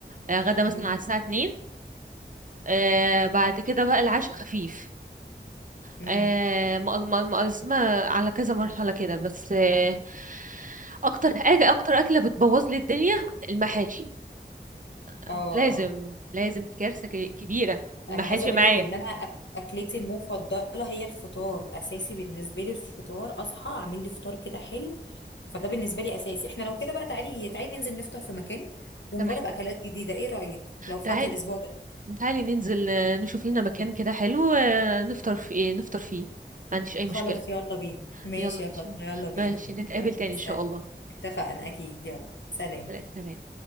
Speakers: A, on the right; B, on the left.
A: آه، غدا مثلا
B: امم
A: على الساعه 2 آه بعد كده بقى العشاء خفيف
B: امم
A: آه، مق- مق- مقسمة على كذا مرحلة كده بس آه، أكتر حاجة أكتر أكلة بتبوظ لي الدنيا المحاشي آه،
B: اه
A: لازم لازم دي كارثة ك- كبيرة المحاشي
B: انا عايزه اقول
A: معايا
B: لك ان انا أك- اكلتي المفضله هي الفطار اساسي بالنسبه لي الفطار اصحى اعمل لي فطار كده حلو فده بالنسبه لي اساسي احنا لو كده بقى تعالي تعالي ننزل نفطر في مكان ونجرب
A: تمام
B: اكلات جديده ايه رايك لو فاضيه
A: تعالي
B: الاسبوع ده
A: تعالي ننزل آه، نشوف لنا مكان كده حلو آه، نفطر في إيه نفطر فيه ما عنديش أي
B: خلاص
A: مشكلة
B: يلا بينا ماشي
A: يلا
B: يا
A: ماشي
B: فاطمه يلا بينا
A: ماشي
B: حبيبي
A: نتقابل
B: يلا
A: تاني
B: سلام
A: إن شاء الله
B: اتفقنا اكيد يلا سلام
A: سلام